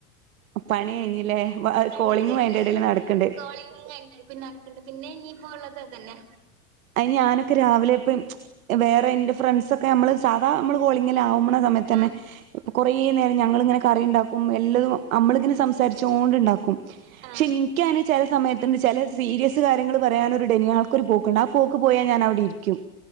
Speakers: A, on the right; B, on the right.
A: പണി കഴിഞ്ഞില്ലേ
B: കളി
A: കോളിങ്ങും
B: കഴിഞ്ഞു
A: അയിന്റെ
B: ഇനി
A: ഇടേൽ
B: ഇനി
A: നടക്ക്ണ്ട്
B: കോളിംഗ് കഴിഞ്ഞു പിന്നെ നടക്കുന്നുണ്ട് പിന്നെ ഇനിയിപ്പോ ഉള്ളത് അത് തന്നെ
A: അഹ് ഞാനൊക്കെ രാവിലെപ്പം വേറെ എൻ്റെ ഫ്രെണ്ട്സ് ഒ നമ്മള് സാധ നമ്മള് കോളിംങ്ങിലാകുമ്പ സമയത്തന്നെ
B: ആ
A: കുറേ നേരം ഞങ്ങളിങ്ങനെ കറി ഇണ്ടാക്കും എല്ലതും നമ്മളിങ്ങനെ സംസാരിച്ചോണ്ട് ഇണ്ടാക്കും
B: ആ
A: ക്ഷെ ഇൻക്ക്യങ്ങനെ ചില സമയത്തിണ്ട് ചില സീരിയസ് കാര്യങ്ങൾ പറയാനൊരു ഡെനിഹാൾക്കൊരു പോക്കുണ്ട് ആ പോക്ക് പോയാ ഞാനവിടെ ഇരിക്കും